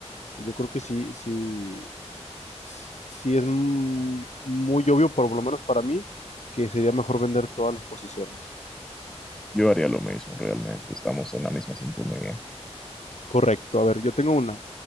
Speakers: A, on the left (about 80°); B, in the centre.
A: Yo creo que sí, sí, sí, sí es mm, muy obvio, por lo menos para mí, que sería mejor vender todas las posiciones.
B: Yo haría lo mismo, realmente. Estamos en la misma sintonía.
A: Correcto, a ver, yo tengo una.